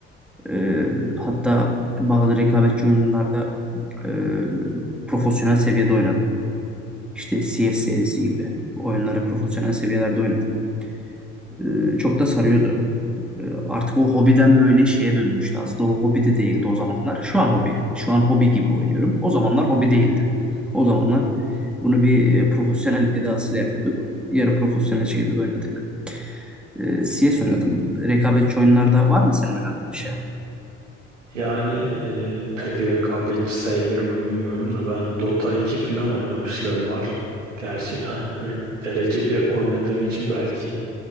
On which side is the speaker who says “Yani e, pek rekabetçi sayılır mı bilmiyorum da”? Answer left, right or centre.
Right